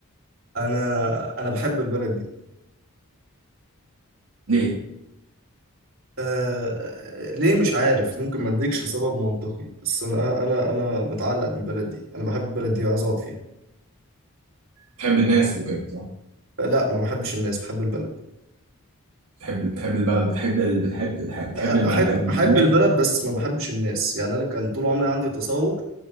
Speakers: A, on the right (about 65°); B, on the right (about 85°).
A: أنا أنا بحب البلد دي
B: ليه
A: آه ليه مش عارف ممكن ما اديكش سبب منطقي بس انا انا انا متعلق بالبلد دي انا بحب البلد دي عايز اقعد فيها
B: تحب الناس وكده صح
A: آه، لا ما بحبش الناس بحب البلد
B: تحب تحب البلد بتحب اللي بتحب بتحب تحب
A: آه، بحب
B: الم- الاماكن
A: بحب البلد بس ما بحبش الناس يعني انا كان طول عمري عندي تصور